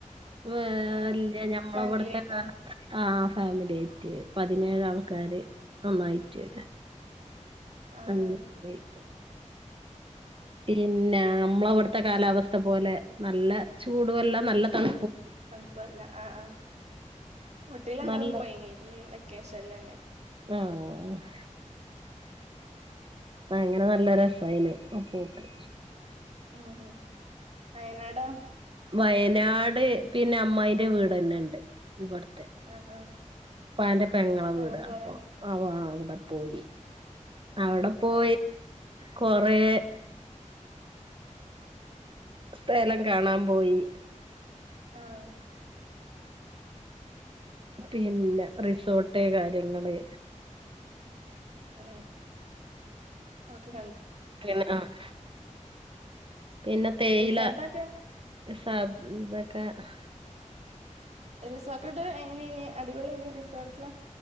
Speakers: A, on the right (about 40°); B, on the right (about 60°).
A: വ്
B: ആഹ്
A: അല്ല ഞമ്മളവിടുത്തെ
B: ഫാമിലി ആയിട്ടോ
A: കാല ആ ഫാമില്യയിട്ട് പതിനേഴാൾക്കാര് ഒന്നായിട്ട്
B: ആഹ്
A: അ <unintelligible>
B: ആഹ്
A: പിന്നെ അമ്മളവട്ത്തെ കാലാവസ്ഥ പോലെ നല്ല ചൂടുഅല്ല നല്ല തൺ
B: തൺപ്പുഅല്ല ആഹ് ആ മുട്ടില ങ്ങളും
A: നല്ല
B: പോയിനി ഈ വെക്കേഷൻലെന്നെ
A: ആഹ്‌ അങ്ങനെ നല്ല രസായിനു ആ പോക്ക്
B: ഉം ഉം വയനാടോ
A: വയനാട് പിന്നമ്മായിന്റെ വീടന്നെണ്ട് ഇവട് ക്കെ.
B: ആഹ് ആഹ്
A: പ്പാന്റെ പെങ്ങളെ വീട്
B: അങ്ങനെ
A: അപ്പൊ
B: പോയാ
A: അവ അ പോയി അവടെ പോയി
B: ഉം
A: കൊറേ സ്ഥലം കാണാൻ പോയി
B: ആഹ്‌
A: പിന്നെ റിസോട്ട് കാര്യങ്ങള്
B: ആഹ് അഹ്‌ കേ
A: പിന്നെ ആഹ്‌ പിന്നെ തേയില
B: റിസോർട്ടൊക്കെ
A: സാധാക്ക <unintelligible>
B: റിസോക്കട്ട് എങ്ങനേനി അടിപൊളി ഏനി റിസോട്ടില്